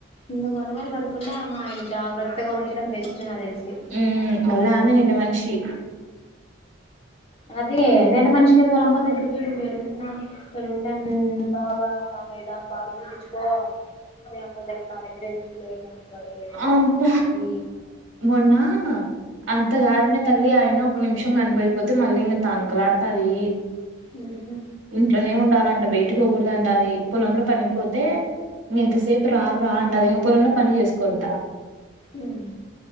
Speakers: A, on the left (about 30°); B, on the right (about 80°).
A: ఇంగ గొడవలు పడకుండా మా ఆయన జాగ్రత్తగా ఉంచడం బెస్ట్ నాకు తెలిసి
B: మ్మ్ మళ్ళా ఆమె నిండు మన్ షి
A: అదే నిన్న మనిషి కదా వాళ్ళ అమ్మోల్ల దగ్గర పోయి నువ్వు ఈడున్న ఈడుండను బాగా బాగాలేదా బాగా చూపించుకో మీ అమ్మోల్ల దగ్గర నా దగ్గర ఎందుకు లే మళ్ళీ గొడవలు ఏదైనా
B: అబ్బ
A: అవుతాయి అది
B: మొన్న అంత కాదు మే తల్లి ఆయన్న ఒక నిమిషం కనపడికపోతే మళ్ళీ ఇంగా తనకలాడుతాది
A: ఉహు
B: ఇంట్లోనే ఉండాలన్ ట్ట బయటకి పోకూడదు అంటది పొలంలో పనికిపోతే ఇంక ఎంతసేపు రా రా అంటది ఇంగ పొలంలో పని చేస్ కొద్ద
A: మ్మ్